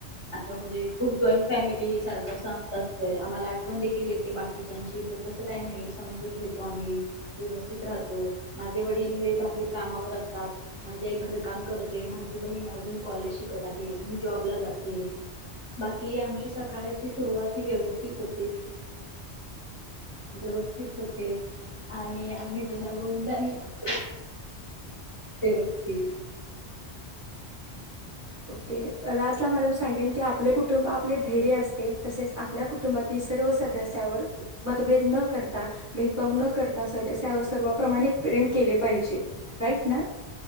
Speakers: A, on the left; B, on the right.
A: आस म्हणजे खूप जॉईंट फॅमिली सारख अस सतत आम्हाला आठवण देखील येते बाकीच्यांची पण तस काही नाही समजून घेतो आम्ही व्यवस्थित राहतो माझे वडील हे बाहेर कामावर असतात माझी आई घरकाम करते माझी बहीण अजून कॉलेज शिकत आहे मी जॉबला जाते बाकी आमची सकाळची सुरुवात ही व्यवस्थित होते व्यवस्थित होते आणि आम्ही गुण्या गोविंदाणे राहतो ते बघ ती
B: ओके लास्टला मॅडम सांगेन की आपले कुटुंब आपले धैर्य असते तसेच आपल्या कुटुंबातील सर्व सदस्यावर मतभेद न करता भेदभाव न करता सदस्य त्यावर सर्वाप्रमाणे प्रेम केले पाहिजे राईट ना